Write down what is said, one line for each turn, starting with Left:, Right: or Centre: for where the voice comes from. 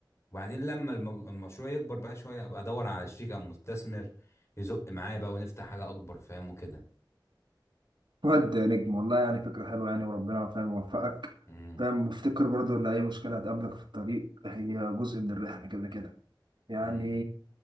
Left: وبعدين لما المج- المشروع يكبر بقى شويه ابقى ادور على شريك او مستثمر يزق معايا بقى ونفتح حاجه اكبر فاهم وكده
Right: واد نجم والله يعني فكره حلوه يعني وربنا فاهم يوفقك
Left: امم
Right: فاهم وافتكر برضه ان اي مشكله هتقابلك في الطريق هي جزء من الرحله كده كده يعني
Left: امم